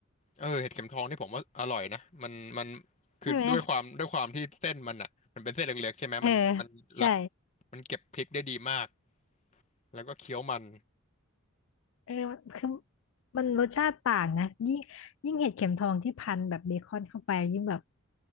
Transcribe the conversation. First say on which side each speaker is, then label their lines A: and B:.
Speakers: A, on the left (about 30°); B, on the left (about 65°).
A: เออเห็ดเข็มทองนี่ผมว่าอร่อยนะมันมันคือด้วยความด้วยความที่เส้นมันอ่ะมันเป็นเส้นเล็กๆใช่ไหมมันมันรับ
B: ใช่ไหมเออใช่
A: มันเก็บพริกได้ดีมากแล้วก็เคี้ยวมัน
B: เออคือมันรสชาติต่างนะยิ่งยิ่งเห็ดเข็มทองที่พันแบบเบคอนเข้าไปยิ่งแบบ